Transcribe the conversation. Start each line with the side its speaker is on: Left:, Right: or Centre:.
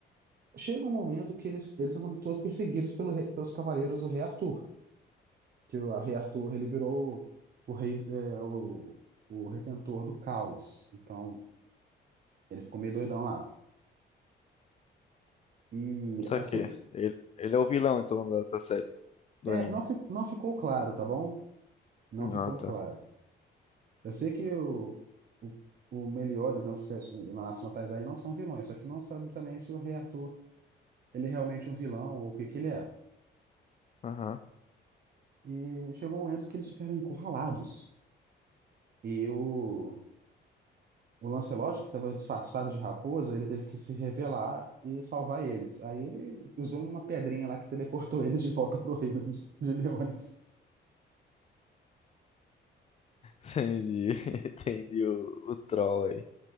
Right: chega um momento que eles, eles são todos perseguidos pelo, rei- pelos cavaleiros do rei Arthur, que o a rei Arthur, ele virou o rei, é, o, o retentor do caos. Então Ele ficou meio doidão lá. E,
Left: só
Right: assim,
Left: que ele, ele é o vilão, então, da, da série, do
Right: é,
Left: anime.
Right: não, fi- não ficou claro, tá bom? Não ficou
Left: Ah, tá,
Right: claro. Eu sei que o, o, o Meliodas, né, o Ses- o Nanatsu no Taizai não são vilões, só que não sabe também se o Rei Arthur ele é realmente um vilão ou o que que ele é.
Left: aham.
Right: E chegou um momento que eles ficaram encurralados. E o, o Lancelot, que estava disfarçado de raposa, ele teve que se revelar e salvar eles. Aí ele usou uma pedrinha lá que teleportou <laughs> eles de volta pro reino de, de Leones.
Left: Entendi, <laughs> entendi o, o troll aí.